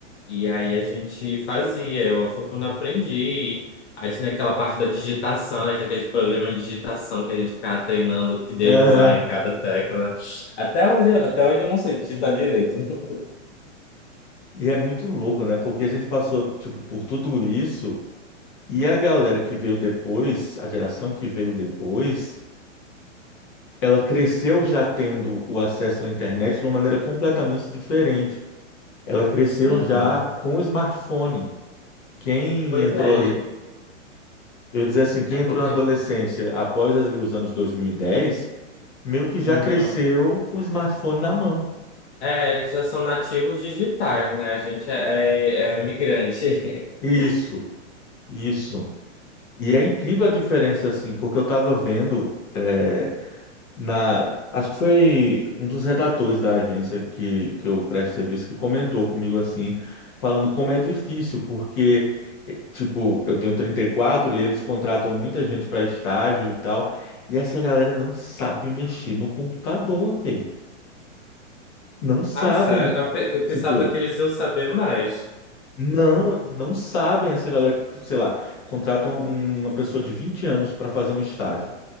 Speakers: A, on the left; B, on the left.
A: e aí a gente fazia, eu fui quando aprendi. Aí tinha aquela parte da digitação, né? Tinha aqueles programas de digitação que a gente ficava treinando que dedo
B: Aham.
A: usar em cada tecla. Até hoje, até hoje eu não sei digitar direito. <laughs>
B: E é muito louco, né? Porque a gente passou, tipo, por tudo isso e a galera que veio depois, a geração que veio depois, ela cresceu já tendo o acesso à internet de uma maneira completamente diferente. Ela cresceu
A: Aham.
B: já com o smartphone. Quem
A: Pois
B: entrou
A: é,
B: ali, eu ia dizer assim, quem
A: é
B: entrou
A: porque.
B: na adolescência após ali os anos 2010, meio que já
A: Uhum.
B: cresceu com o smartphone na mão.
A: É, eles já são nativos digitais, né? A gente é, é, é migrante.
B: Isso,
A: <laughs>
B: isso. E é incrível a diferença, assim, porque eu estava vendo eh, na, acho que foi um dos redatores da agência que, que eu presto serviço que comentou comigo assim, falando como é difícil, porque, eh, tipo, eu tenho trinta e quatro e eles contratam muita gente para estágio e tal, e essa galera não sabe mexer no computador, velho. Não sabem,
A: Ah, sério? Eu, pe- eu
B: tipo,
A: pensava que eles iam saber mais.
B: não, eles não sabem. Essa galera que, sei lá, contrata uma, uma pessoa de 20 anos para fazer um estágio.